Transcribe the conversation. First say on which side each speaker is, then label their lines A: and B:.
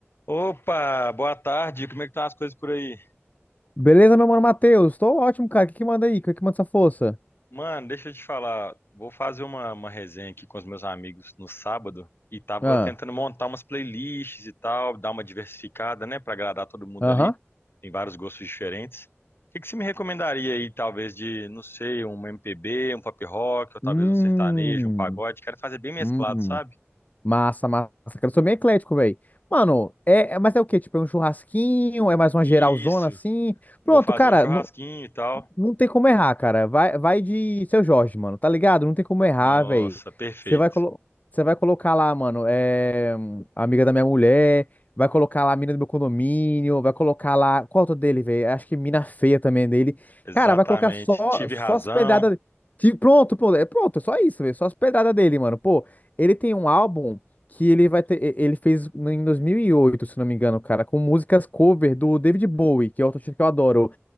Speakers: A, on the left; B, on the left.
A: Opa, boa tarde. Como é que estão as coisas por aí?
B: Beleza, meu mano Matheus? Tô ótimo, cara. O que que manda aí? O que que manda essa força?
A: Mano, deixa eu te falar. Vou fazer uma, uma resenha aqui com os meus amigos no sábado e tava
B: Ah,
A: tentando montar umas playlists e tal, dar uma diversificada, né, Pra agradar todo mundo
B: aham.
A: ali. Tem vários gostos diferentes. O que que você me recomendaria aí, talvez de, não sei, um MPB, um pop rock, ou talvez
B: Hum,
A: um sertanejo, um pagode? Quero fazer bem mesclado,
B: hum.
A: sabe?
B: Massa, massa. Cara, eu sou bem eclético, velho. Mano, é, é- mas é o quê? Tipo, é um churrasquinho? É mais uma
A: Isso.
B: geralzona assim? Pronto,
A: Vou fazer
B: cara.
A: um churrasquinho
B: no-
A: e tal.
B: Não tem como errar, cara. Vai, vai de Seu Jorge, mano. Tá ligado? Não tem como errar,
A: Nossa,
B: velho.
A: perfeito.
B: Você vai, colo... você vai colocar lá, mano, é... amiga da minha mulher, vai colocar lá a mina do meu condomínio, vai colocar lá. Qual é o outro dele, velho? Acho que mina feia também é dele.
A: Exatamente.
B: Cara, vai colocar só,
A: Tive
B: só
A: razão.
B: as pedradas. que Pronto, pronto. É pronto, é só isso, velho. Só as pedradas dele, mano. Pô, ele tem um álbum que ele vai ter. e- Ele fez em 2008, se não me engano, cara, com músicas cover do David Bowie, que é outro artista que eu adoro.